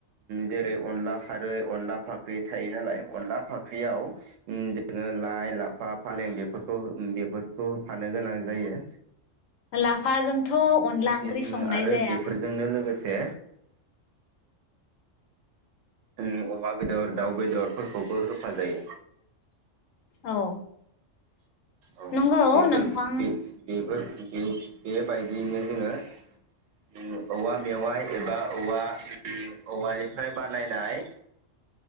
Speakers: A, on the right (about 80°); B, on the left (about 85°).
A: जेरै अनला खारै अनला फाख्रि थायो नालाय अनला फाख्रियाव जोङो लाइ लाफा फालें बेफोरखौ बेफोर खौ होफानो गोनां जायो।
B: लाफाजोंथ' अनला
A: आरो बे
B: ओंख्रि संनाय
A: आरो
B: जाया
A: बेफोरजोंनो लोगोसे उम अमा बेदर दाउ बेदरफोरखौबो होफा जायो।
B: औ
A: औ
B: नंगौ
A: बेफोर
B: नोंथां
A: बे बेफोर बे बेबायदियैनो जोङो औवा मेवाइ एबा औवा ओम औवानिफ्राय बानायनाय